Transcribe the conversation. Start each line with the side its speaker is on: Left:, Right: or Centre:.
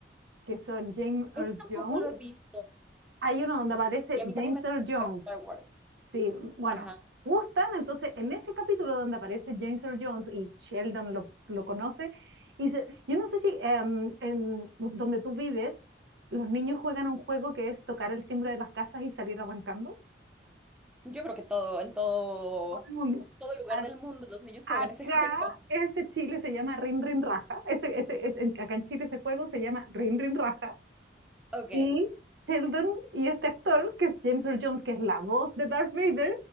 Right: que son James Earl
Centre: ese tampoco
Right: Jones,
Centre: lo he visto.
Right: hay uno donde aparece
Centre: Y a mí
Right: James
Centre: también me gusta
Right: Earl Jones
Centre: Star Wars.
Right: sí, bueno,
Centre: Ajá.
Right: gustan. Entonces, en ese capítulo donde aparece James Earl Jones y Sheldon lo, lo conoce, y dice, yo no sé si em, en donde tú vives, los niños juegan un juego que es tocar el timbre de las casas y salir arrancando.
Centre: Yo creo que todo, en todo,
Right: Todo el mundo.
Centre: todo lugar
Right: A-
Centre: del mundo los niños juegan
Right: Acá
Centre: ese <laughs> juego.
Right: ese Chile se llama Rin Rin Raja. Ese, ese, ese- en- acá en Chile ese juego se llama Rin Rin Raja.
Centre: Ok.
Right: Y Sheldon y este actor, que es James Earl Jones, que es la voz de Darth Vader,